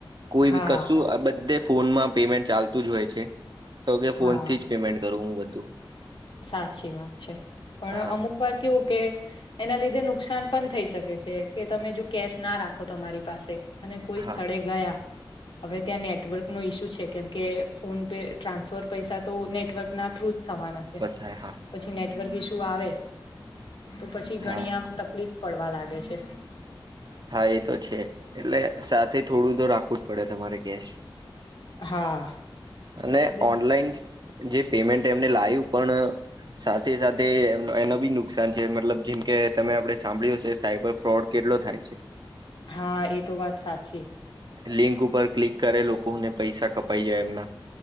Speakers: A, on the right; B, on the left.
A: કોઈ
B: હા,
A: બી કશું આ બધે ફોનમાં પેમેન્ટ ચાલતું જ હોય છે તો કે ફોનથી
B: હા.
A: જ પેમેન્ટ કરું હું બધું
B: સાચી વાત છે પણ
A: હા
B: અમુક વાર કેવું કે એના લીધે નુકસાન પણ થઈ શકે છે કે તમે જો કેશ ના રાખો તમારી પાસે અને કોઈ
A: હા
B: સ્થળે ગયા હવે ત્યાં નેટવર્ક નો ઈસ્યુ છે કેમ કે ફોન પે ટ્રાન્સફર પૈસા તો નેટ નેટવર્ક ના થ્રુ જ થવાના છે
A: બ થાય હા
B: પછી નેટવર્ક ઈસુ આવે તો પછી ઘણી
A: હા
B: આમ તકલીફ પડવા લાગે છે
A: હા એ તો છે એટલે સાથે થોડું તો રાખવું જ પડે તમારે કેશ
B: હા
A: અને
B: એટલે-
A: ઓનલાઈન જે પેમેન્ટ એમને લાવ્યું પણ સાથે સાથે એનો બી નુકસાન છે મતલબ જેમ કે તમે આપે સાંભળ્યું હશે સાયબર ફ્રોડ કે કેટલો થાય છે
B: હા એ તો વાત સાચી
A: લિંક ઉપર ક્લિક કરે લોકોને પૈસા કપાઈ જાય એમના